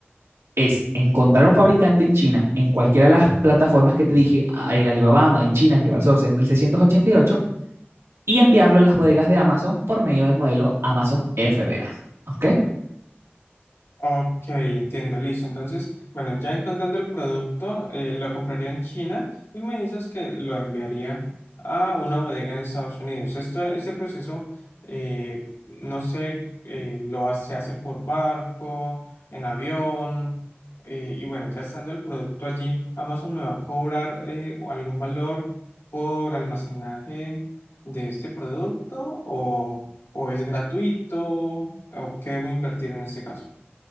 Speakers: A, on the right (about 80°); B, on the left (about 75°).
A: es encontrar un fabricante en China, en cualquiera de las plataformas que te dije, eh, Alibaba, Amazon, China, Global Sourcing, mil seiscientos ochenta y ocho y enviarlo a las bodegas de Amazon por medio del modelo Amazon FBA. ¿Ok?
B: Ok, entiendo, listo. Entonces, bueno, ya encontrando el producto, eh, lo compraría en China y me dices que lo enviaría a una bodega en Estados Unidos. Esto, este proceso, eh, no sé, eh, lo hace, se hace por barco, en avión, eh, y bueno, ya estando el producto allí, Amazon me va a cobrar eh, algún valor por almacenaje de este producto o, o es gratuito o qué debo invertir en este caso.